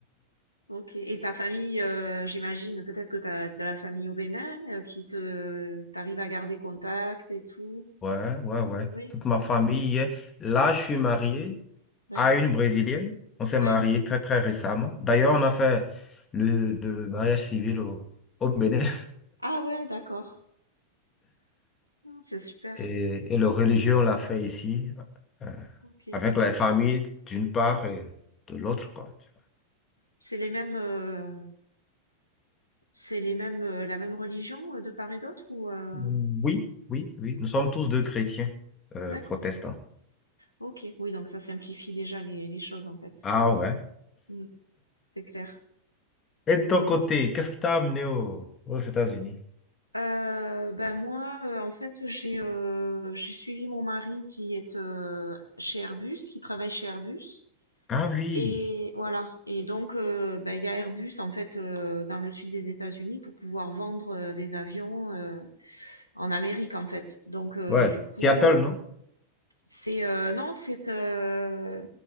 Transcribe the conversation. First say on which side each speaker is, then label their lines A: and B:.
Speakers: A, on the left (about 85°); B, on the left (about 25°).
A: Ok. Et ta famille, euh, j'imagine, peut-être que tu as de la famille au Bénin, euh, qui te, t'arrive à garder contact et tout.
B: Ouais, ouais, ouais.
A: Oui.
B: Toute ma famille y est. Là, je suis marié
A: D'accord.
B: à une Brésilienne. On s'est
A: Ouais.
B: marié très, très récemment. D'ailleurs, on
A: D'accord.
B: a fait le, le mariage civil au, au Bénin
A: Ah ouais, d'accord. Non, C'est super.
B: et, et le religieux, on l'a fait ici, euh,
A: Ok.
B: avec la famille d'une part et de l'autre, quoi. tu vois.
A: C'est les mêmes. euh, C'est les mêmes, heu, la même religion, heu, de part et d'autre ou, heu?
B: Oui, oui, oui. Nous sommes
A: Oui?
B: tous deux chrétiens euh,
A: D'accord.
B: protestants.
A: OK. Oui, donc ça simplifie déjà les les choses, en fait.
B: Ah ouais.
A: Mmh. C'est clair.
B: Et de ton
A: Ouais.
B: côté, qu'est-ce qui t'a amené au- aux États-Unis?
A: Heu, bah, moi, heu, en fait, j'ai, heu, j'ai suivi mon mari qui est, heu, chez Airbus, qui travaille chez Airbus
B: Ah oui.
A: et voilà et donc, heu, bah, il y a Airbus, en fait, heu, dans le sud des États-Unis pour pouvoir vendre, heu, des avions, heu, en Amérique, en fait. Donc, heu,
B: Ouais.
A: du coup,
B: Seattle,
A: euh,
B: non?
A: C'est euh, non, c'est euh,